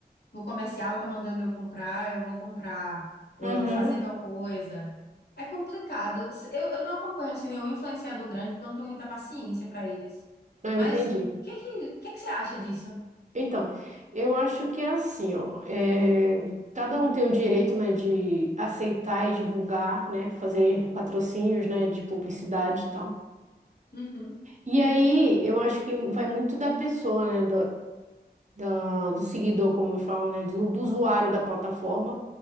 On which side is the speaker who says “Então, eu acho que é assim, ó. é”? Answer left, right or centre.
Right